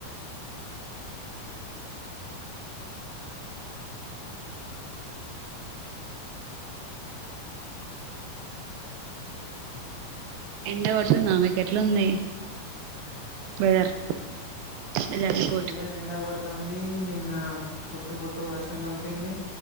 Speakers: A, on the right; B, on the left.
A: ఎండ పడుతుందిమెక ఎట్లు ఉంది వెదర్ వెలాభ
B: బగ రెండ కొడుతుంది నిన్న పుట్టు పుట్టు వర్షం చంపింది